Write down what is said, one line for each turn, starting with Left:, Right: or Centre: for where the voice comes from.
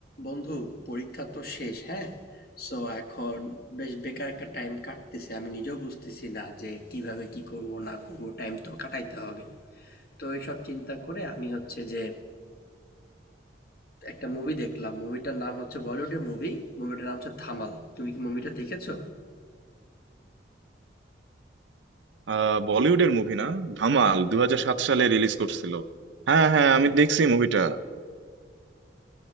Left: বন্ধু পরীক্ষা তো শেষ হ্যাঁ সো এখন বেশ বেকার একটা টাইম কাটতেছে আমি নিজেও বুঝতেছি না যে কিভাবে কি করব না করব টাইম তো কাটাইতে হবে তো এইসব চিন্তা করে আমি হচ্ছে যে একটা মুভি দেখলাম মুভিটার নাম হচ্ছে বলিউডের মুভি মুভিটার নাম হচ্ছে ধামাল তুমি কি মুভিটা দেখেছো
Right: আহ বলিউডের মুভি না ধামাল দুই হাজার সাত সালে রিলিজ করছিল হ্যাঁ হ্যাঁ আমি দেখছি মুভিটা